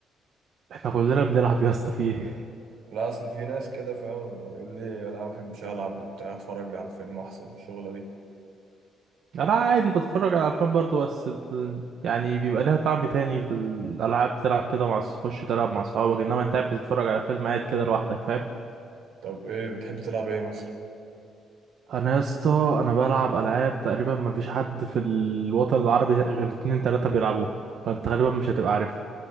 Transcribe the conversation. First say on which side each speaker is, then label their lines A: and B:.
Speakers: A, on the right; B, on the right.
A: إحنا كلنا بنلعب يا اسطى في إيه
B: لا اصل في ناس كده فاهم يقول لي انا ما بحبش العب وبتاع اتفرج لي على فيلم احسن من الشغله دي
A: <laughs> أنا عادي بتفرج على أفلام برضه بس ال... يعني بيبقى ليها طعم تاني الألعاب تلعب كده مع أص- تخش تلعب مع صحابك إنما أنت قاعد بتتفرج على فيلم قاعد كده لوحدك فاهم
B: طب ايه بتحب تلعب ايه مثلا
A: أنا يا اسطى أنا بلعب ألعاب تقريبا مفيش حد في الوطن العربي غير اتنين تلاتة بيلعبوها فأنت غالبا مش هتبقى عارف